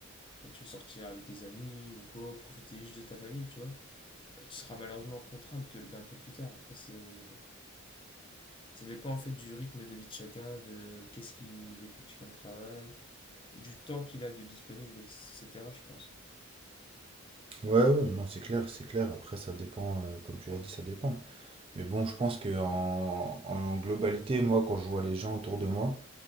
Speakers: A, on the left; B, on the right.
A: bah, tu veux sortir avec des amis ou quoi, ou profiter juste de ta famille, tu vois, bah, tu seras malheureusement contraint de te lever un peu plus tard. Après, c'est. Ça dépend en fait du rythme de vie de chacun, de qu'est-ce qu'il effectue comme travail, du temps qu'il a de disponible, etc. Je pense.
B: Ouais, ouais, non, c'est clair, c'est clair. Après, ça dépend, euh, comme tu l'as dit, ça dépend. Mais bon, je pense que en, en globalité, moi, quand je vois les gens autour de moi,